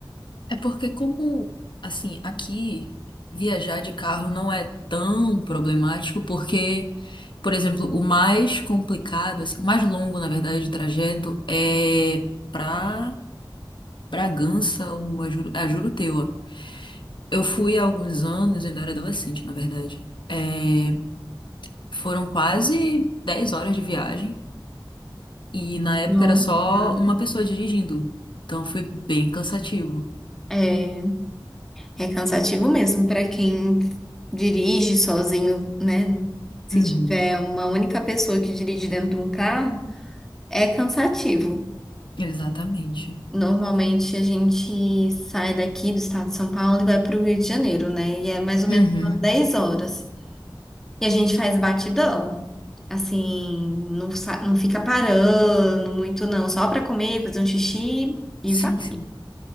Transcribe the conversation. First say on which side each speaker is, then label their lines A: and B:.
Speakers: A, on the left (about 70°); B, in the centre.
A: É porque como, assim, aqui viajar de carro não é tão problemático, porque, por exemplo, o mais complicado, assim, o mais longo, na verdade, de trajeto é pra Bragança ou a Juru- a Juruteua. Eu fui há alguns anos, ainda era adolescente, na verdade. É, foram quase 10 horas de viagem e na época
B: Não.
A: era só
B: Hum.
A: uma pessoa dirigindo. Então foi bem cansativo.
B: É, é cansativo mesmo para quem dirige sozinho, né? Se
A: Uhum,
B: tiver uma única pessoa que dirige dentro de um carro, é cansativo.
A: exatamente.
B: Normalmente a gente sai daqui do estado de São Paulo e vai para o Rio de Janeiro, né? E é mais ou menos
A: Uhum.
B: umas 10 horas. E a gente faz batidão. Assim, não, sa- não fica parando muito, não. Só para comer, fazer um xixi e
A: Sim,
B: vai.
A: sim.